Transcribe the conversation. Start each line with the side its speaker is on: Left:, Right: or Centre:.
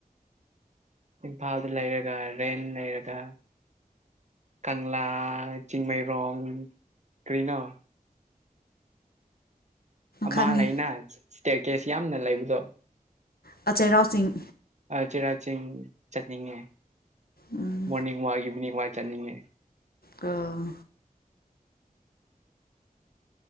Right: ꯏꯝꯐꯥꯜꯗ ꯂꯩꯔꯒ ꯔꯦꯟ ꯂꯩꯔꯒ ꯀꯪꯂꯥ ꯆꯤꯡꯃꯩꯔꯣꯡ ꯀ꯭ꯔꯤꯅꯣ ꯑꯃ
Left: ꯈꯪꯉꯤ
Right: ꯂꯩꯥꯏꯅꯥ ꯁ꯭ꯇꯦꯠ ꯀꯦꯁ ꯌꯥꯝꯅ ꯂꯩꯕꯗꯣ
Left: ꯑ ꯆꯩꯔꯥꯎꯆꯤꯡ
Right: ꯑ ꯆꯩꯔꯥꯎ ꯆꯤꯡ ꯆꯠꯅꯤꯡꯉꯦ
Left: ꯎꯝ
Right: ꯃꯣꯔꯅꯤꯡ ꯋꯥꯢ ꯏꯚꯤꯅꯤꯡꯋꯥꯢ ꯆꯠꯅꯤꯡꯉꯦ
Left: ꯑꯥ